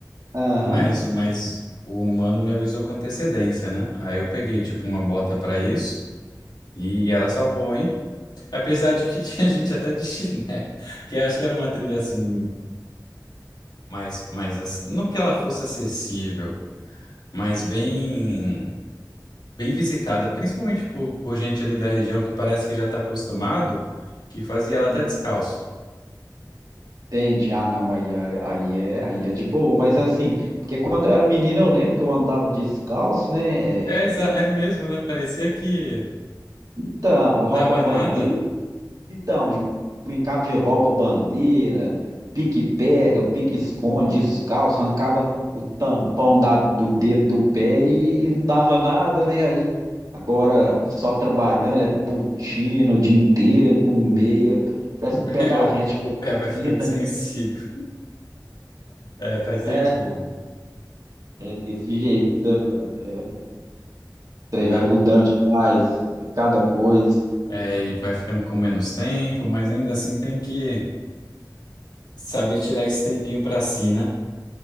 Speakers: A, on the right; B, on the left.
A: Aham.
B: mas, mas o humano me avisou com antecedência, né? Aí eu peguei, tipo, uma bota pra isso e ela salvou, hein? Apesar de que <laughs> tinha gente até de chiné, que eu acho que era uma trilha, assim, mais, mais, ac- não que ela fosse acessível, mas bem. bem visitada, principalmente por, por gente ali da região que parece que já está acostumado, que fazia ela até
A: Uhum.
B: descalço.
A: Entendi. Ah, não, aí, aí, aí é, aí é de boa. Mas assim, porque quando eu era menino, eu lembro que eu andava descalço, né?
B: É, exa- é mesmo, né? Parecia que
A: Então,
B: dava
A: rouba-bandeira.
B: nada,
A: Então, brincava de rouba-bandeira, pique-pega, pique-esconde, descalço, arrancava o tampão da- do dedo do pé e, e não dava nada, né? Aí, agora só trabalhando, é botina o dia inteiro, com meia. Parece que
B: <laughs>
A: o pé
B: é,
A: da
B: o,
A: gente
B: o pé vai ficando
A: fina.
B: sensível. É, faz sentido.
A: É, é desse jeito, né, mano? É, o trem
B: Não.
A: vai mudando demais, é cada coisa.
B: É, e vai ficando com menos tempo, mas ainda assim tem que saber tirar esse tempinho para si, né?